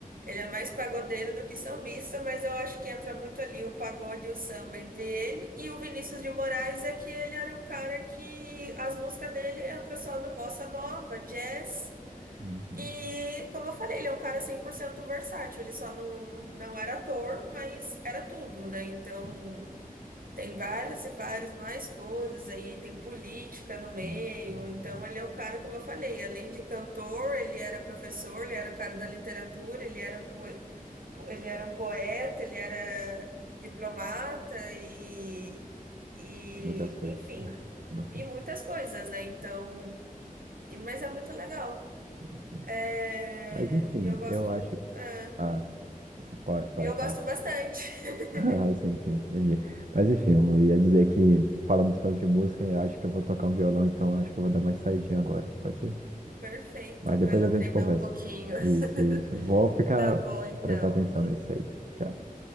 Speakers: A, on the right; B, on the right.
A: Ele é mais pagodeiro do que sambista, mas eu acho que entra muito ali o pagode e o samba entre ele. E o Vinícius de Moraes é que ele era um cara que as músicas dele entram só no bossa nova, jazz.
B: Uhum,
A: E, como eu falei, ele é um cara 100% versátil. Ele só não, não era ator, mas era tudo, né? Então.
B: sim,
A: Tem várias e várias mais coisas aí, tem política no meio.
B: sim, sim,
A: Então,
B: sim.
A: ele é um cara, como eu falei, além de cantor, ele era professor, ele era o cara da literatura, ele era, po- po- ele era um poeta, ele era diplomata e, e,
B: Muitas coisas.
A: enfim,
B: Uhum,
A: e muitas coisas, né? Então, e- mas é muito legal.
B: sim, sim.
A: É,
B: Mas enfim,
A: eu gosto,
B: eu acho que.
A: é,
B: Ah, vai, vai,
A: eu
B: fala.
A: gosto bastante.
B: <laughs>
A: <laughs>
B: Ah, Sim, sim, entendi. Mas enfim, eu ia dizer que falamos tanto de música, eu acho que eu vou tocar um violão, então eu acho que eu vou dar mais saidinha agora. Pode ser?
A: Perfeito,
B: Mas depois
A: vai lá
B: a gente
A: treinar
B: conversa.
A: um pouquinho. <laughs>
B: Isso, isso. Vou ficar
A: Tá bom, então.
B: prestar atenção
A: <laughs>
B: nesse aí. Tchau.